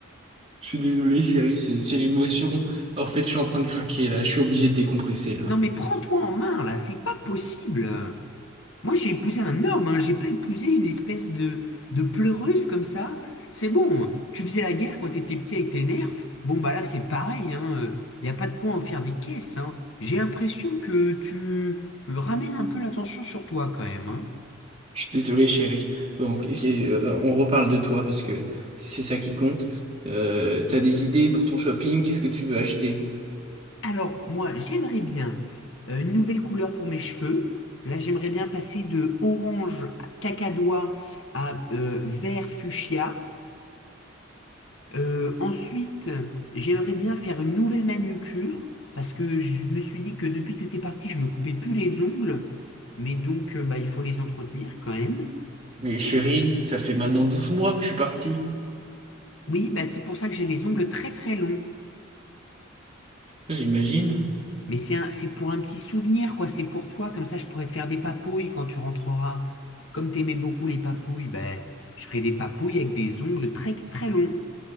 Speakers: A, on the right; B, on the left.
A: Je suis désolé, chérie, c'est, c'est l'émotion. En fait, je suis en train de craquer là. Je suis obligé de décompresser là.
B: Non mais prends-toi en main là, c'est pas possible. Euh, Moi j'ai épousé un homme, hein, j'ai pas épousé une espèce de, de pleureuse comme ça. C'est bon, tu faisais la guerre quand t'étais petit avec tes nerfs. Bon bah là c'est pareil, hein. euh, y a pas de point à en faire des caisses, hein. J'ai l'impression que tu euh, ramènes un peu l'attention sur toi quand même, hein.
A: Je suis désolé, chérie. Donc, et- euh, on reparle de toi parce que c'est ça qui compte. Euh, t'as des idées pour ton shopping? Qu'est-ce que tu veux acheter?
B: Alors moi j'aimerais bien euh, une nouvelle couleur pour mes cheveux. Là j'aimerais bien passer de orange cacadois à euh, vert fuchsia. Euh, ensuite, j'aimerais bien faire une nouvelle manucure parce que je me suis dit que depuis que t'étais parti, je me coupais plus les ongles, mais donc euh, bah, il faut les entretenir quand même.
A: Mais chérie, ça fait maintenant 12 mois que je suis parti.
B: Oui, bah, c'est pour ça que j'ai les ongles très très longs.
A: J'imagine.
B: Mais c'est un- c'est pour un petit souvenir, quoi. C'est pour toi, comme ça je pourrais te faire des papouilles quand tu rentreras. Comme t'aimais beaucoup les papouilles, bah, je ferai des papouilles avec des ongles très très longs.